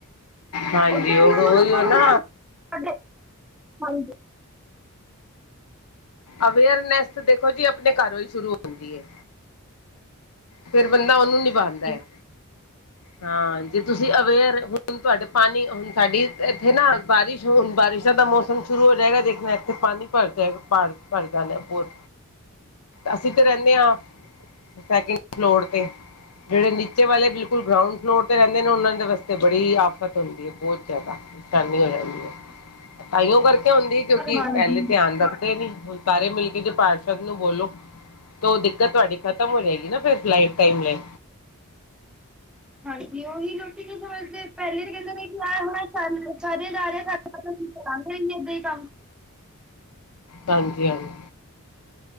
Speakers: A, on the left; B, in the centre.
A: ਹਾਂਜੀ
B: ਓਧਰ
A: ਉਹ
B: ਓਹਨਾਂ
A: ਉਹੀ
B: ਨੂੰ ਲੋਕਾਂ
A: ਹੋ
B: ਨੂੰ
A: ਨਾ
B: ਜੇ ਸਾਡੇ ਹਾਂਜੀ
A: ਅਵੇਅਰਨੈਸ ਦੇਖੋ ਜੀ ਆਪਣੇ ਘਰੋਂ ਹੀ ਸ਼ੁਰੂ ਹੁੰਦੀ ਹੈ ਫੇਰ ਬੰਦਾ ਉਹਨੂੰ ਨਿਭਾਂਦਾ ਹੈ
B: <inaudible>
A: ਹਾਂ ਜੇ ਤੁਸੀਂ ਅਵੇਅਰ ਹੁਣ ਤੁਹਾਡੇ ਪਾਣੀ ਹੁਣ ਸਾਡੀ ਇੱਥੇ ਨਾ ਬਾਰਿਸ਼ ਹੁਣ ਬਾਰਿਸ਼ਾਂ ਦਾ ਮੌਸਮ ਸ਼ੁਰੂ ਹੋ ਜਾਏਗਾ ਦੇਖ਼ਨਾ ਇੱਥੇ ਪਾਣੀ ਭਰ ਜਾਏਗਾ ਪਹਾੜ ਕਰਦਾਣਾ <unintelligible> ਬਹੁਤ ਅਸੀਂ ਤੇ ਰਹਿੰਨੇ ਆਂ ਸੈਕਿੰਡ ਫਲੋ ਫਲੋਰ ਤੇ ਜਿਹੜੇ ਨਿ ਚੇ ਵਾਲੇ ਬਿਲਕੁਲ ਗਰਾਊਂਡ ਫਲੋਰ ਤੇ ਰਹਿੰਦੇ ਨੇ ਉਹਨਾਂ ਦੇ ਵਾਸਤੇ ਬੜੀ ਆਫ਼ਤ ਹੁੰਦੀ ਹੈ ਬਹੁਤ ਜ਼ਿਆਦਾ ਸ਼ਾਨੀ ਹੋ ਜਾਂਦੀ ਹੈ ਤਾਂਹੀਓ ਕਰਕੇ ਹੁੰਂਦੀ ਕਿਉਂਕਿ
B: ਹਾਂਜੀ
A: ਪਹਿਲੇ ਧਿਆਨ ਰੱਖਦੇ ਨੀ ਹ <unintelligible> ਸਾਰੇ ਮਿਲਕੇ ਜੇ ਪਾਰਸ਼ਦ ਨੂੰ ਬੋਲੋ ਤੋ ਉਹ ਦਿੱਕਤ ਤੁਹਾਡੀ ਖ਼ਤਮ ਹੋ ਜਾਏਗੀ ਨਾ ਫਿਰ ਲਾਈਫ ਟਾਈਮ ਲਈ
B: ਹਾਂਜੀ ਉਹੀ ਲੋਕੀ ਕੀ ਸੋਚਦੇ ਪਹਿਲੇ ਕਹਿੰਦੇਾਰ ਹਾਰ ਸਾਰ ਜਾਾਰ <unintelligible> ਤੁਸੀਂ ਕਰ ਰ ੱਦਾਂ ਹੀ ਕੰਮ <unintelligible>
A: ਹਾਂਜੀ ਹਾਂਜੀ